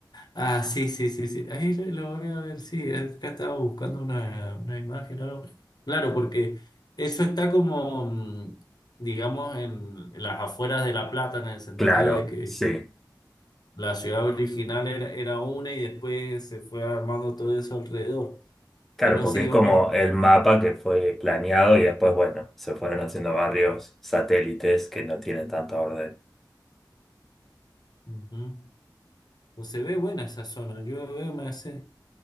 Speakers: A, on the left; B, in the centre.
A: ah, sí, sí, sí, sí. Ahí lo lo voy a ver, sí. Acá estaba buscando una, una imagen o algo. Claro, porque eso está como, mm, digamos, en, en las afueras de La Plata, en el sentido
B: Claro,
A: de que
B: sí.
A: la ciudad original era, era una y después se fue armando todo eso alrededor,
B: Claro,
A: que no
B: porque
A: siguió
B: es como
A: con...
B: el mapa que fue planeado y después, bueno, se fueron haciendo barrios satélites que no tienen tanta orden.
A: Ujú. O se ve buena esa zona. Yo veo, me hace,